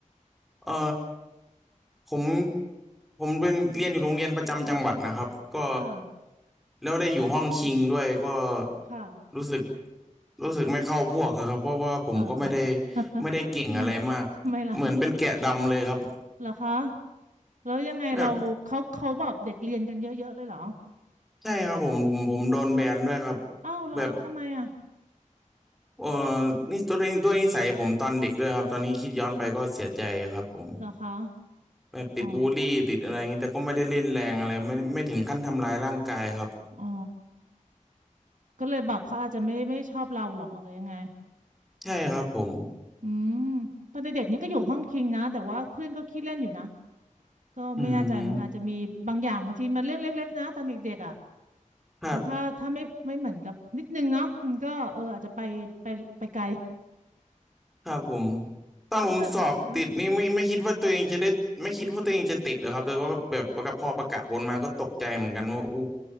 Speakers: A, in the centre; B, on the right.
A: เอ่อผมผมเป็นเรียนอยู่โรงเรียนประจำจังหวัดนะครับก็
B: ค่ะ
A: แล้วได้อยู่ห้องคิงด้วยก็
B: ค่ะ
A: รู้สึกรู้สึกไม่เข้าพวกอะครับเพราะว่าผมก็ไม่ได้
B: เอาเหรอ <laughs>
A: ไม่ได้เก่งอะไรมาก
B: ทำไมทำไมล่ะ
A: เหมือนเป็นแกะดำเลยครับ
B: เหรอคะแล้วยังไงเราเขาเขาบอกเด็กเรียนกันเยอะๆเลยเหรอ
A: แบบใช่ครับผมผมผมโดนแบนด้วยครับ
B: อ้าวเหรอทำไมอ่ะ
A: แบบ เอ่อนี่ด้วยด้วยนิสัยผมตอนเด็กด้วยครับตอนนี้คิดย้อนไปก็เสียใจครับผม
B: เหรอคะ
A: แบบติดบูลลี่ติดอะไรอย่างนี้แต่ก็ไม่ได้เล่นแรงอะไรไม่ไม่ถึงขั้นทำร้ายร่างกายครับ
B: อ๋ออ๋อก็เลยบอกเขาอาจจะไม่ไม่ชอบเราเหรอหรือยังไง
A: ใช่ครับผม
B: อืมตอนเด็กๆนี่ก็อยู่ห้องคิงนะแต่ว่าเพื่อนก็ขี้เล่นอยู่นะก็ไม่แน่ใจเหมือนกันอาจจะมีบางอย่างบางทีมันเรื่องเล็กๆนะตอนเด็กๆอ่ะ
A: อืมครับ
B: แต่ถ้าถ้าไม่ไม่เหมือนกับนิดนึงเนาะมันก็เอออาจจะไปไปไปไกล
A: ครับผมตอนผมสอบติดนี่ไม่ไม่คิดว่าตัวเองจะได้ไม่คิดว่าตัวเองจะติดนะครับแล้วก็แบบพอประกาศผลมาก็ตกใจเหมือนกันว่าอู้
B: แล้วจะเนาะ